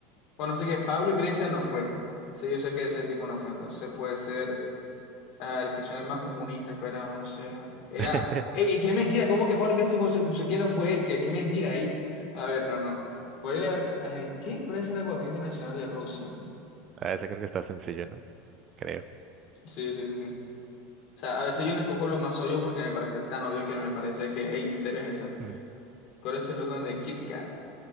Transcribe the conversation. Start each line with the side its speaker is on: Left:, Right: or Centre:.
Left: Bueno, sé que Pablo Iglesias no fue. Sí, yo sé que ese tipo no fue. Entonces puede ser ah, el que suene más comunista. Esperamos, no sé. Era.
Right: <laughs>
Left: ¡Ey, qué mentira! ¿Cómo que Pablo Iglesias fue? Yo sé que no fue él. ¿Qué, qué mentira ahí? A ver, no, no. ¿Cuál es la, ver- eh, ¿qué? ¿Cuál es el aguardiente nacional de Rusia?
Right: A ese creo que está sencillo, ¿no? Creo.
Left: Sí, sí, sí, sí. O sea, a veces yo no cojo lo más obvio porque me parece tan obvio que me parece que, ey, ¿en serio es esa?
Right: Mm.
Left: ¿Cuál es el logo de Kit Kat?